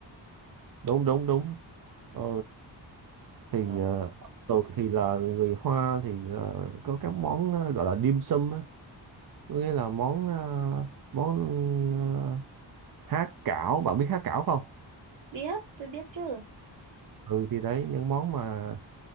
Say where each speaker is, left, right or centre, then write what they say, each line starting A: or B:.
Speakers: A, on the right; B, on the right.
A: đúng đúng đúng ờ, thì
B: Ờ,
A: ờ, thường thì là người Hoa thì ờ, có các món ờ, gọi là dim sum á có nghĩa là món ờ, món ờ, há cảo bạn biết há cảo không
B: Biết, tôi biết chứ.
A: ừ thì đấy những món mà